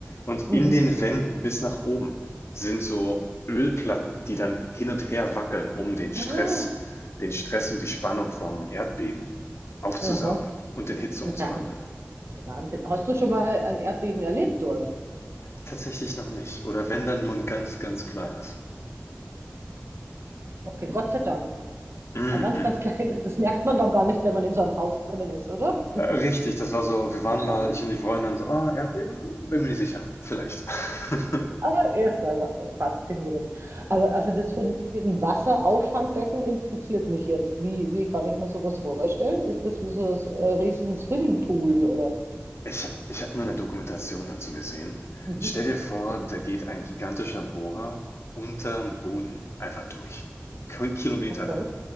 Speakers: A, on the left; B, on the right.
A: Und
B: mhm.
A: in den Wänden bis nach oben sind so Ölplatten, die dann hin und her wackeln, um den
B: <gasps>
A: Stress,
B: Ah,
A: den Stress und die Spannung vom Erdbeben aufzusaugen
B: Aha.
A: und in Hitze umzuwandeln.
B: Ja, Wahnsinn. Hast du schon mal ein Erdbeben erlebt dort?
A: Tatsächlich noch nicht. Oder wenn dann nur ein ganz, ganz kleines.
B: Okay, Gott sei Dank.
A: Mm
B: Ein ganz,
A: -mm.
B: ganz kleines, das merkt man dann gar nicht, wenn man in so einem Haus drinnen ist, oder?
A: Äh, Richtig, das war so, wir waren
B: Wahrscheinlich.
A: mal, ich und die Freundin, so, ah, Erdbeben? Bin mir nicht sicher. Vielleicht. <laughs>
B: Aber er ist aber faszinierend. Aber also das von, mit diesem Wasserauffangbecken interessiert mich jetzt. Wie, wie kann ich mir sowas vorstellen? Ist das wie so ein äh, riesen Swimmingpool oder?
A: Ich habe ich hab mal eine Dokumentation dazu gesehen.
B: Mhm.
A: Stell dir vor, da geht ein gigantischer Bohrer unterm Boden einfach durch. Ki- Kilometer
B: Okay.
A: lang.